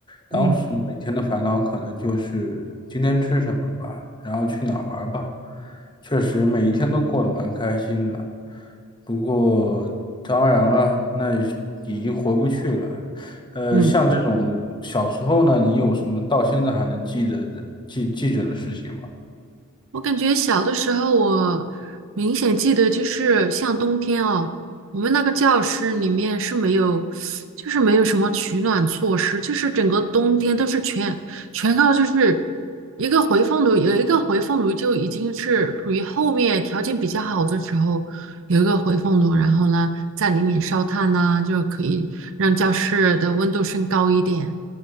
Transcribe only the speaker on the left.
当时每天的烦恼可能就是今天吃什么吧，
然后去哪儿玩儿吧。确实每一天都过得蛮开心的，不过当然了，那已经回不去了。呃，
像这种小时候呢，你有什么到现在还能记得的记记着的事情吗？